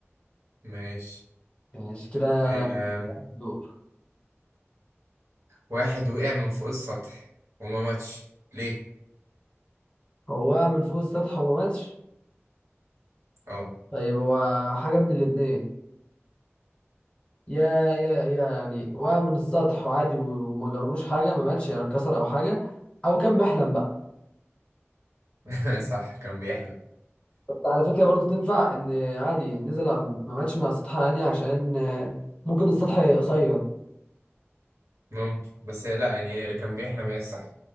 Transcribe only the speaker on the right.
ماشي
آه
واحد وقع من فوق السطح وما ماتش ليه؟
اه
<laughs> صح كان بيحلم
ممكن بس لا يعني اللي كان بيحلم هي الصح